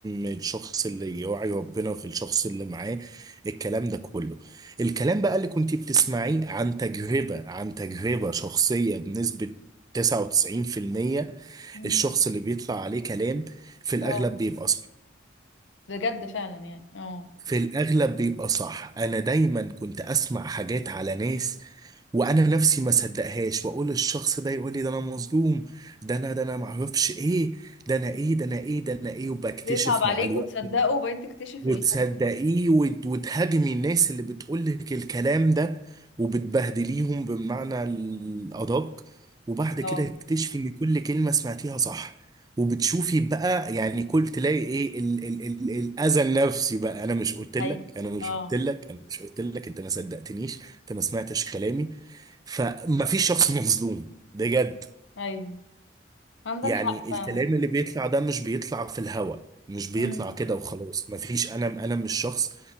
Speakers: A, on the right; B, on the left.
A: الشخص اللي يراعي ربنا في الشخص اللي معاه الكلام ده كله الكلام بقى اللي كنت بتسمعيه عن تجربة عن تجربة شخصية بنسبة 99%
B: مم.
A: الشخص اللي بيطلع عليه كلام في الأغلب
B: اه
A: بيبقى
B: بجد فعلا يعني اه
A: في الأغلب بيبقى صح أنا دايما كنت أسمع حاجات على ناس وأنا نفسي ما صدقهاش وأقول الشخص ده يقول لي ده أنا مظلوم ده أنا ده أنا معرفش إيه ده أنا إيه ده أنا إيه ده أنا إيه وبكتشف
B: بيصعب عليك
A: مع الوقت
B: وتصدقه وبعدين تكتشف
A: وتصدقيه
B: الخ...
A: وت- وتهاجمي الناس اللي بتقولك الكلام ده وبتبهدليهم بمعنى الأدق وبعد
B: اه
A: كده تكتشفي إن كل كلمة سمعتيها صح وبتشوفي بقى يعني كل تلاقي ايه ال ال ال الاذى النفسي بقى انا مش قلت لك
B: حقيقي
A: انا مش
B: اه
A: قلت لك انا مش قلت لك انت ما صدقتنيش انت ما سمعتش كلامي فما فيش شخص مظلوم بجد
B: ايوه عندك
A: يعني
B: حق فعلا
A: الكلام اللي بيطلع ده مش بيطلع في الهوا مش بيطلع
B: امم
A: كده وخلاص مفيش انا انا مش شخص